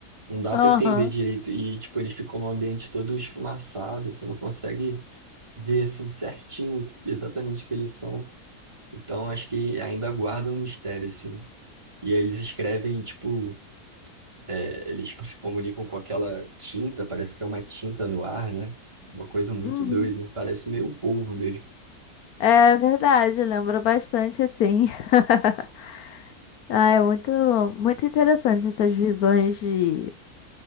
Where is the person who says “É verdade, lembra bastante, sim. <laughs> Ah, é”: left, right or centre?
Left